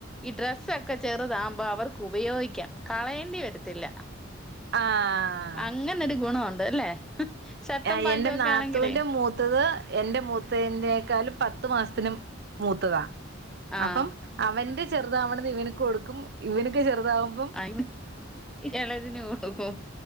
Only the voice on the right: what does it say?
ആഹ്
ആഹ്
എന്റെ
നാത്തൂന്റെ
മൂത്തത് എന്റെ മൂത്തന്റെേക്കാളും പത്തു മാസത്തിനും മൂത്തതാ
അപ്പം അവന്റെ ചെറുതാവണന്ന് ഇവനക്ക് കൊടുക്കും ഇവന്ക്ക് ചെറുതാവും